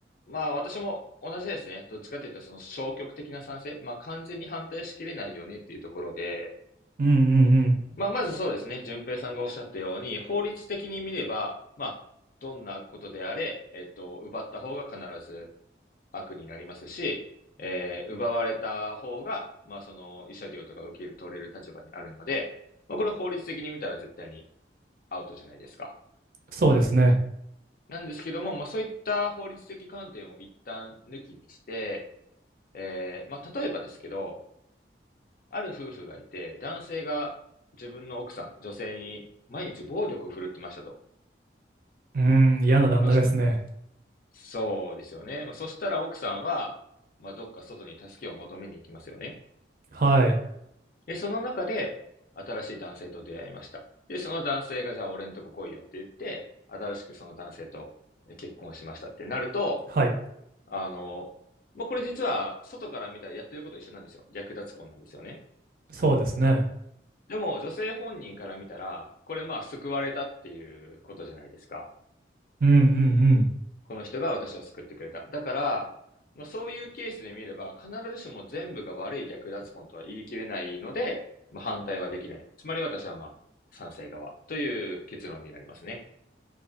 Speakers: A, on the left; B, on the right.
A: まあ私も同じですね。どっちかというとその消極的な賛成、まあ完全に反対しきれないよねっていうところで、
B: うんうんうん。
A: まあ、まずそうですね。順平さんがおっしゃったように、法律的に見れば、まあ、どんなことであれ、えっと、奪った方が必ず悪になりますし、えー奪われた方が、まあ、その、慰謝料とか受け取れる立場にあるので、まあ、これ法律的に見たら絶対にアウトじゃないですか。
B: そうですね。
A: なんですけども、まあ、そういった法律的観点を一旦抜きにして、えーまあ、例えばですけど、ある夫婦がいて、男性が自分の奥さん、女性に毎日暴力を振るってましたと。
B: うん、嫌な旦那ですね。
A: そし、そうですよね。まあ、そしたら奥さんは、まあ、どっか外に助けを求めに行きますよね。
B: はい。
A: で、その中で、新しい男性と出会いました。で、その男性が、じゃあ俺んとこ来いよって言って、新しくその男性と結婚しましたってなると、
B: はい。
A: あの、まあ、これ実は、外から見たらやってること一緒なんですよ。略奪婚なんですよね。
B: そうですね。
A: でも、女性本人から見たら、これまあ、救われたっていうことじゃないですか。
B: うんうんうん。
A: この人が私を救ってくれた。だから、まあ、そういうケースで見れば、必ずしも全部が悪い略奪婚とは言い切れないので、まあ、反対はできない。つまり私はまあ、賛成側という結論になりますね。